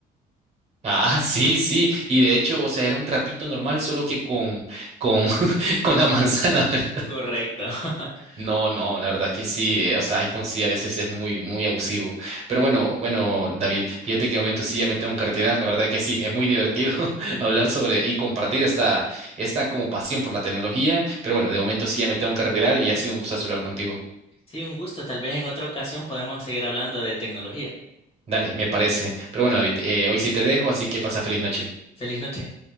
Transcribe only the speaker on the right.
Ah, sí, sí. Y de hecho, o sea, era un trapito normal, solo que con, con, <laughs> con la manzana, <laughs>
No, no, la verdad que sí, eh, o sea, iPhone sí a veces es muy, muy abusivo. Pero bueno, bueno, David, fíjate que de momento sí ya me tengo que retirar, la verdad que sí, es muy divertido <laughs> hablar sobre y compartir esta, esta como pasión por la tecnología. Pero bueno, de momento sí ya me tengo que retirar y ha sido un gustazo hablar contigo.
Dale, me parece. Pero bueno, David, eh, hoy sí te dejo, así que pasa feliz noche.